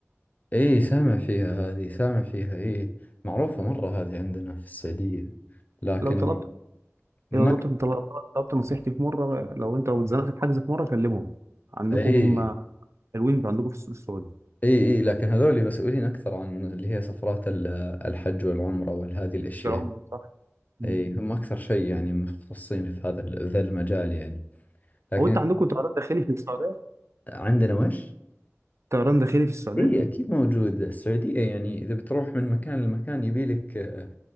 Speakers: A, on the left (about 35°); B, on the right (about 65°).
A: إيه سامع فيها هذه سامع فيها إيه معروفة مرة هذه عندنا في السعودية لكن
B: لو طلبت
A: ما
B: لو طلبت انت لو طلبت نصيحتي في مرة لو انت لو اتزنقت في حجز في مرة كلمهم عندكم
A: إيه
B: هم حلوين عندكم في السوق السعودي
A: إيه إيه لكن هذول مسؤولين أكثر عن اللي هي سفرات ال- الحج والعمرة وهذه الأشياء
B: يا عمر، صح مم.
A: إيه هم أكثر شيء يعني مختصين في هذا ال- ذا المجال يعني لكن
B: هو انت عندكم طيران داخلي في السعودية
A: عندنا وش؟
B: طيران داخلي في السعودية
A: اي اكيد موجود السعودية يعني اذا بتروح من مكان لمكان يبيلك آه،